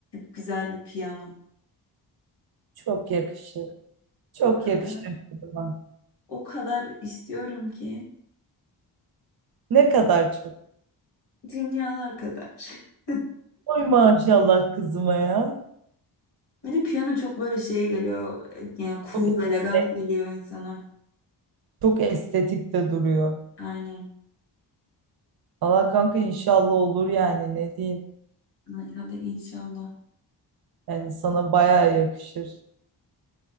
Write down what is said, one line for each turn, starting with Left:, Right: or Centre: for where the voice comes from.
Left: güzel bir piyano.
Right: çok yakışır. Çok
Left: O kadar,
Right: yakışır kızıma.
Left: o kadar istiyorum ki
Right: Ne kadar çok.
Left: dünyalar kadar. <laughs>
Right: Oy maşallah kızıma ya.
Left: Bir de piyano çok böyle şeye geliyor. e, Yani
Right: Çok,
Left: cool,
Right: estetik-
Left: elegant geliyor insana.
Right: çok estetik de duruyor.
Left: Aynen.
Right: Allah kanka inşallah olur yani ne diyeyim.
Left: Ay, hadi inşallah.
Right: Yani sana bayağı yakışır.